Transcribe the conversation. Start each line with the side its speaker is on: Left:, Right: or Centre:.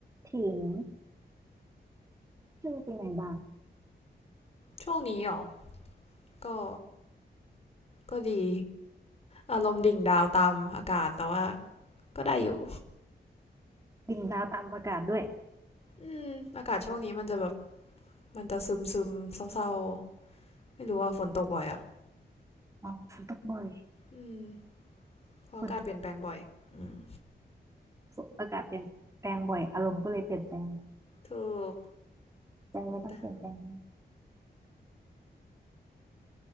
Right: ถิงชื่อเป็นไงบ้าง
Left: ช่วงนี้หรอก็ก็ดี อารมณ์ดิ่งดาวตามอากาศแต่ว่าก็ได้อยู่
Right: ดิ่งดาวตามอากาศด้วย
Left: อืมอากาศช่วงนี้มันจะแบบ มันจะซึมซึมเศร้าๆ ไม่รู้ว่าฝนตกบ่อยอ่ะ
Right: อ๋อฝนตกบ่อย
Left: อืม เพราะอากาศเปลี่ยนแปลงบ่อย
Right: ฝน
Left: อืม
Right: ฝนอากาศเปลี่ยนแปลงบ่อยอารมณ์ก็เลยเปลี่ยนแปลง
Left: ถูก
Right: ใจไม่ต้องเปลี่ยนแปลงนะ
Left: แต่